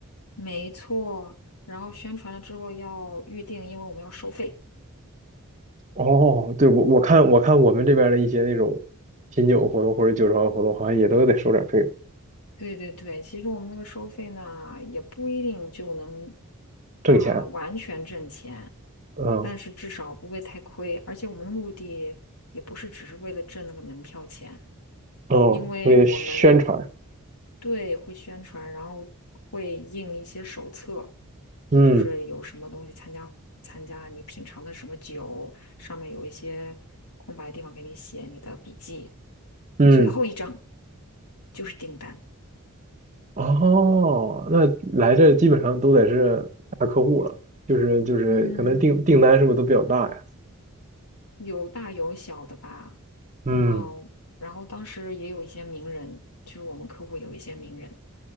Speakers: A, on the left; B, on the right.
A: 没错，然后宣传了之后要预定，因为我们要收费。
B: 哦，对，我我看我看我们这边的一些那种品酒活动或者酒庄的活动，好像也都得收点费用
A: 对对对，其实我们那个收费呢，也不一定就能
B: 挣钱。
A: 啊完全挣钱，
B: 嗯
A: 但是至少不会太亏。而且我们的目的也不是只是为了挣那个门票钱，
B: 哦，
A: 因为我们
B: 为了宣传。
A: 对，会宣传，然后会印一些手册，
B: 嗯
A: 就是有什么东西参加参加你品尝的什么酒，上面有一些空白地方给你写你的笔记。
B: 嗯。
A: 最后一张就是订单，
B: 哦，那来这基本上都得是大客户了，就是就是可能订订单是不是都比较大呀？
A: 嗯，有大有小的吧，
B: 嗯，
A: 嗯，然后当时也有一些名人，就是我们客户有一些名人，